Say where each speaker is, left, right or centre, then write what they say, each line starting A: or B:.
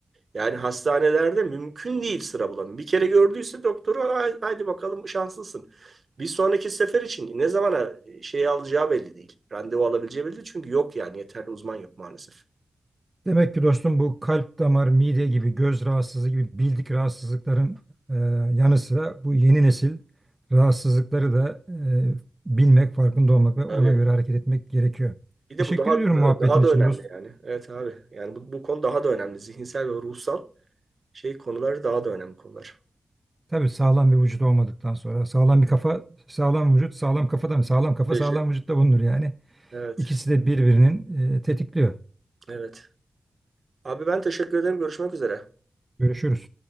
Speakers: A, on the right (about 50°); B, on the right (about 15°).
A: Yani hastanelerde mümkün değil sıra bulamıyor. Bir kere gördüyse doktoru "Hay- haydi bakalım şanslısın. Bir sonraki sefer için ne zamana şeyi alacağı belli değil. Randevu alabileceği belli değil. Çünkü yok yani yeterli uzman yok maalesef.
B: Demek ki dostum bu kalp damar, mide gibi, göz rahatsızlığı gibi bildik rahatsızlıkların e, yanı sıra bu yeni nesil rahatsızlıkları da e, bilmek, farkında olmak ve ona
A: Abi
B: göre hareket etmek gerekiyor.
A: bir de
B: Teşekkür
A: bu daha
B: ediyorum
A: daha
B: muhabbetin
A: daha da
B: için
A: önemli
B: dost.
A: yani. Evet abi. Yani bu, bu konu daha da önemli. Zihinsel ve ruhsal şey konuları daha da önemli konular.
B: Tabii sağlam bir vücut olmadıktan sonra sağlam bir kafa, sağlam vücut, sağlam kafadan, sağlam kafa,
A: Beji.
B: sağlam vücutta bulunur yani.
A: Evet.
B: İkisi de birbirinin e, tetikliyor.
A: Evet. Abi ben teşekkür ederim. Görüşmek üzere.
B: Görüşürüz.